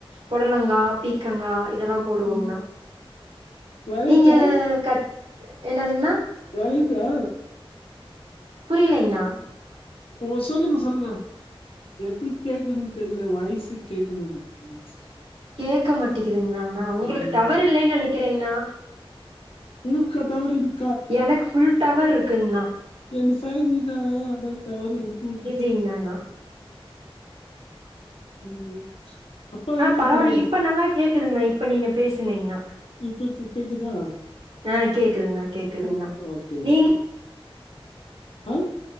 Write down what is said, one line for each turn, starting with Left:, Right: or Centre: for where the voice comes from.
Right: புடலங்கா பீக்கங்கா இதெல்லா போடுவோங்ணா
Left: ம் வலிதா
Right: நீங்க கட் என்னதுங்ண்ணா
Left: வலித்தா
Right: புரியலிங்ண்ணா
Left: சோ சொல்லுங்க சொல்லுங்க எப்டி கேக்குறதுன்னு தெரில்யே வாய்ஸ்சே கேக்க மாட்டுது தங்கிச்
Right: கேக்க மாட்டுதுங்ளாண்ணா உங்களுக்கு
Left: ம்
Right: டவர் இல்லைன்னு நெனைக்கிறேங்ண்ணா
Left: ஊக்கா டவர் இருக்
Right: எனக்கு ஃபுல் டவர் இருக்குங்ண்ணா
Left: என்து ஃபைவ் ஜி தா அதா டவரு வுட்டு வுட்டு
Right: இன்னான்னா
Left: ம் அப்பா
Right: ஆ
Left: எங்கக்கிறாரு
Right: பரவால்ல இப்ப நல்லா கேக்குதுங்ண்ணா இப்ப நீங்க பேசுங்கங்ண்ணா
Left: இப்ப கேக்குதா ஆ
Right: ஆ கேக்குதுங்ண்ணா கேக்குதுங்ண்ணா
Left: இப்ப ஓகே
Right: நீங்க
Left: ஓகே ஆ